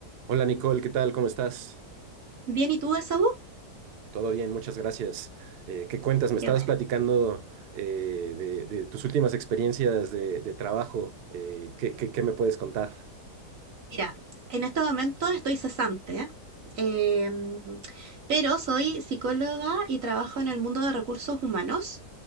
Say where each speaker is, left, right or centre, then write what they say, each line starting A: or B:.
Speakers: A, on the right (about 75°); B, on the right (about 55°).
A: Hola Nicole, ¿qué tal? ¿Cómo estás?
B: Bien, ¿y tú de salud?
A: Todo bien, muchas gracias. Eh, ¿qué cuentas? Me estabas
B: Qué bueno.
A: platicando eh, de, de tus últimas experiencias de, de trabajo. Eh, ¿qué, qué, qué me puedes contar?
B: Mira, en estos momentos estoy cesante, ¿eh? em, pero soy psicóloga y trabajo en el mundo de recursos humanos.